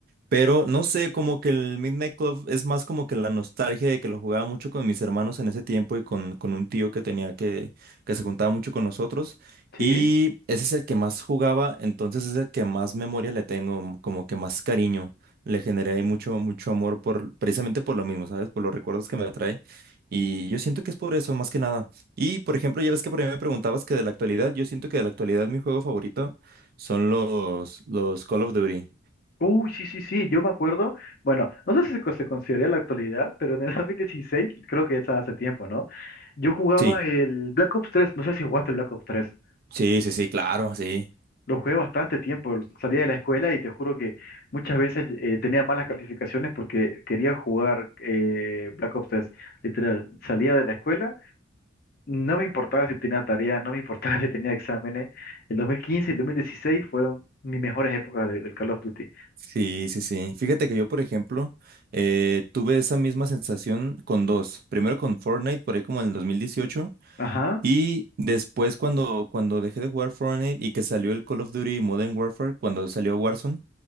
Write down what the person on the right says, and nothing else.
Pero no sé, como que el Midnight Club es más como que la nostalgia de que lo jugaba mucho con mis hermanos en ese tiempo y con, con un tío que tenía que, que se juntaba mucho con nosotros.
Y ese es el que más jugaba, entonces es el que más memoria le tengo, mm, como que más cariño. Le generé ahí mucho, mucho amor por, precisamente por lo mismo, ¿sabes? Por los recuerdos que me trae. Y yo siento que es por eso, más que nada. Y, por ejemplo, ya ves que por ahí me preguntabas que de la actualidad, yo siento que de la actualidad mi juego favorito son los, los Call of Duty.
Sí.
Sí, sí, sí, claro, sí.
Sí, sí, sí. Fíjate que yo, por ejemplo, eh, tuve esa misma sensación con dos. Primero con Fortnite, por ahí como en el dos mil dieciocho
Y después cuando, cuando dejé de jugar Fortnite y que salió el Call of Duty Modern Warfare, cuando salió Warzone,